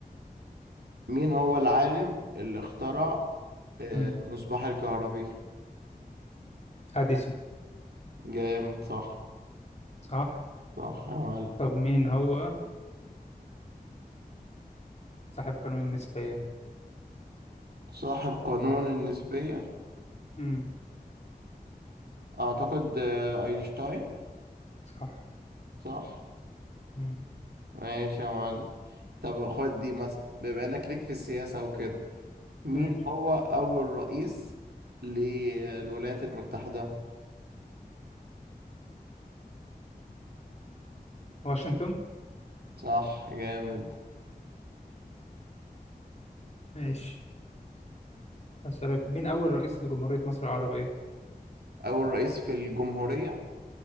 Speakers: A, on the right; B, on the left.
A: مين هو العالم اللي اخترع آه،
B: امم
A: مصباح الكهربي
B: اديسون
A: جامد صح
B: صح
A: صح يا معلم
B: طب مين هو صاحب قانون النسبية
A: صاحب قانون النسبية
B: امم
A: اعتقد آه، اينشتاين
B: صح
A: صح
B: امم
A: ماشي يا معلم طب خد دي مثلا بما انك ليك في السياسة وكده مين
B: ماشي
A: هو أول رئيس للولايات المتحدة؟
B: واشنطن
A: صح جامد
B: ماشي أسألك مين أول رئيس لجمهورية مصر العربية؟
A: أول رئيس في الجمهورية